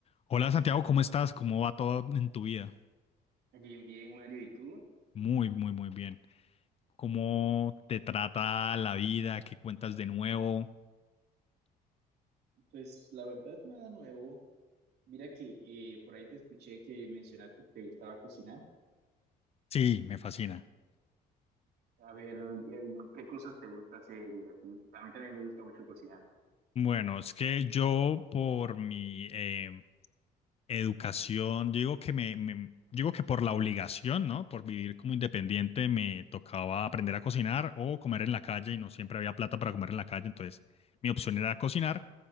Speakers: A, on the left; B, on the right.
A: Hola Santiago, ¿cómo estás? ¿Cómo va todo en tu vida?
B: Bien, bien, Mario, ¿y tú?
A: Muy, muy, muy bien. ¿Cómo te trata la vida? ¿Qué cuentas de nuevo?
B: Pues la verdad, nada nuevo. Mira que eh, por ahí te escuché que mencionaste que te gustaba cocinar.
A: Sí, me fascina.
B: A ver, eh, ¿qué cosas te gusta hacer y así? A mí también me gusta mucho cocinar.
A: Bueno, es que yo por mi eh, educación, yo digo que me, me- digo que por la obligación, ¿no? Por vivir como independiente, me tocaba aprender a cocinar o comer en la calle y no siempre había plata para comer en la calle, entonces mi opción era cocinar